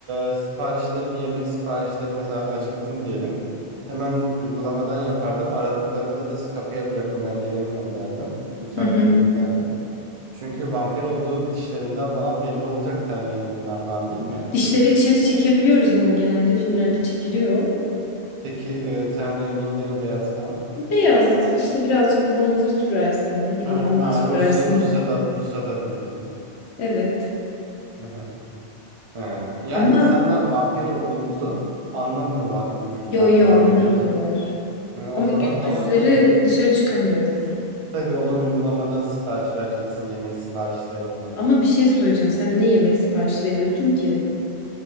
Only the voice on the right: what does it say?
e, siparişlerimi, yemek siparişleri mesela acıktım diyelim. Hemen uygulamadan yapardım. Aradıklarında da "Siz kapıya bırakın ben gelemiyorum derdim. Müsait
değilim derdim. Çünkü vampir olduğum dişlerimden falan belli olacak ten rengimden falan değil mi?
Peki e, ten rengim bembeyaz falan.
Yani,
yani
Rusya, Rusya'da, Rusya'da büyüdüm.
Hı hı. He. Yani
insanlar vampir olduğumuzu anlamıyorlar yürürken
falan.
Bir değil. Hı, o
zaman
tamam canım.
Tabii onu uygulamadan sipariş vereceksin yemek siparişlerini falan.